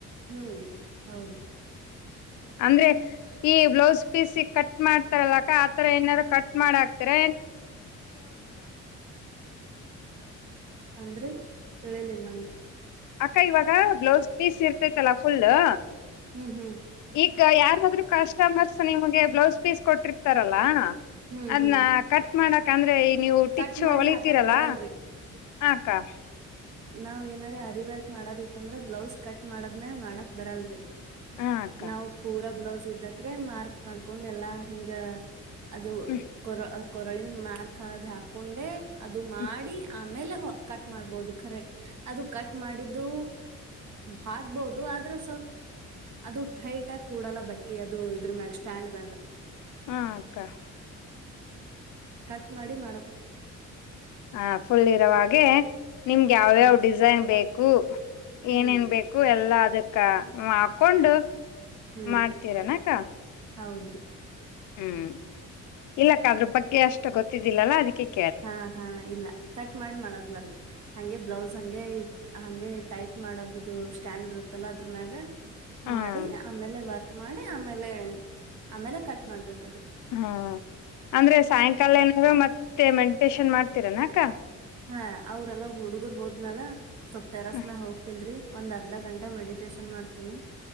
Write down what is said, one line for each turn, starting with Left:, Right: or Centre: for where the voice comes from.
Right: ಹ್ಮ್ ಹೌದು
Left: ಹು ಏ ಬ್ಲೌಸ್ಪೀಸ್ ಕಟ್ ಮಾಫಿ ಹಾಕ್ತಾರಲ್ಲ ಅಕ್ಕಾ ಹಾಯರ ಏನ್ ಕಟ್ ಮಾಡಿ ಹಾಕ್ತಿರಾ
Right: ಹ್ಮ್ ಅಂದ್ರೆ ತಿಳಿಲ್ಲ ನಾ
Left: ಅಕ್ಕಾ ಈವಾಗ ಬ್ಲೌಸ್ ಪೀಸ್ ಇರ್ತೇತಿ ಅಲ್ಲ ಫುಲ್ಲೂ
Right: ಹ್ಮ್ ಹ್ಮ್
Left: ಈಗ ಯಾರದ್ರು ಕಸ್ಟಮೆರ್ಸ್ ನಿಮಗೆ ಬ್ಲೂಸ್ಪಿಸ್ ಕೊಟ್ಟಿರ್ತಾರ ಅಲ್ಲ
Right: ಹ್ಮ್
Left: ಅದ್ನ
Right: ಹ್ಮ್
Left: ಕಟ್ ಮಾಡೋಕೆ ಅಂದ್ರೆ ನೀವು ಸ್ಟಿಚ್
Right: ಕಟ್ ಮಾಡಿ
Left: ಹೋಳಿತಿರಲ್ಲ
Right: ಹಾಕಕ್ ಬರಲ್ರಿ
Left: ಹಾ ಅಕ್ಕಾ
Right: ನಾವೇನ್ ರ ಅರಿ ವರ್ಕಆಡೋದು ಈತ ಅಂದ್ರ ಬ್ಲೌಸ್ ಕಗ್ ಮಾಫಿಡೆ ಮೇಲೆ ಮಾಡಾಕ ಬರಲ್ಲ ರೀ
Left: ಹಾ ಅಕ್ಕ
Right: ನಾವ್ ಪುರ ಬ್ಲೌಸ್ ತ್ರೆ ಮಾರ್ಕ ಮಾಡ್ಕೊದ್ದು ಎಲ್ಲಾ ಹಿಂಗ ಅದು
Left: ಹ್ಮ್
Right: ಕೋ ಕೊಳಿಂದ ಮರ್ಕು ಅದು ಕೊಂಡೆ ಅದು ಮಾಡಿ
Left: ಹ್ಮ್
Right: ಅಮೇಲೆ ಕಟ್ ಮಾಡಬೋದು ಕರೆ ಅದು ಕಟ್ ಮಾಡಿದ್ದೂ ಹಾಕ್ಬೋದು ಅದ್ರೆ ಅದು ತಾಯಿತಗಿ ಕೂರಲ್ಲ ಅದ್ರ ಮೇಲೆ
Left: ಹ ಅಕಾ
Right: ಕಟ್ ಮಾಡಿ ಮಾ
Left: ಹಾ ಫುಲ್ ಇರುವಾಗಿ ನಿಮಗೆ ಯವ
Right: ಹಾ
Left: ಯಾವ ಡಿಸೈನ್ ಬೇಕು ಏನ್
Right: ಹ್ಮ್
Left: ಏನ್ ಬೇಕು ಎಲ್ಲಾ ಅದ್ಕಕಾ ಹಾಕ್ಕುಂಡು
Right: ಹ್ಮ್
Left: ನಡ್ತೀರಿ ಏನ್ ಅಕ್ಕಾ
Right: ಹೌದ್ರಿ
Left: ಹ್ಮ್ ಇಲ್ಲಾ ಅಕ್ಕಾ ಅದ್ರ ಬಗ್ಗೆ ಅಷ್ಟು ಗೊತ್ತಿದಿಲ್ಲ ಅಲ್ಲ ಅದ್ಕ ಕೇ
Right: ಹಾ ಹಾ ಇಲ್ಲ ಕಟ್ ಮಾಡ್ ಮಾಡೋಕ್ ಬರ್ಲ ಹಂಗೆ ಬ್ಲೌಸ್ ಹಂಗೆ ಹಂಗೆ ಟೈಪ್ ಮಾಡೋದು ಸ್ಟ್ಯಾಂಡ್ ಇರುತ್ತಲ್ಲ ಅದುರ್ ಮೄಗ
Left: ಹ್ಮ್
Right: ಮಾಡಿ ಅಮೇಲೆ ವರ್ಕ ಮಾಡಿ ಅಮೇಲೆ ಹಾ ಅಮೇಲೆ ಕಟ್ ಮಾಡ್ಬೇಕು
Left: ಹಾ ಅಂದ್ರೆ ಸಯ್ಕಾಲೆನಾರು ಮತ್ ಮತ್ತೆ ಮೆಡಿಟೇಶನ್ ಮಾಡ್ತತಿರನ್ ಅಕ್ಕ
Right: ಹಾ ಅವ್ರೇಲ್ಲಾ ಹುಡ್ಗ್ರು ಹೋಮ್ ಮ್ಯಾಲ ಸ್ವಲ್ಪ ತೆರೆಸ್
Left: ಹ್ಮ್
Right: ಹೋಗ್ತಿನ್ ರೀ ಒಂದ್ ಅರ್ಧ ಗಂಟ ಮೆಡಿಟೇಶನ್ ಅಮೇಲ್ ಮಾಡ್ತೀನಿ ಡ್ತಿನಿ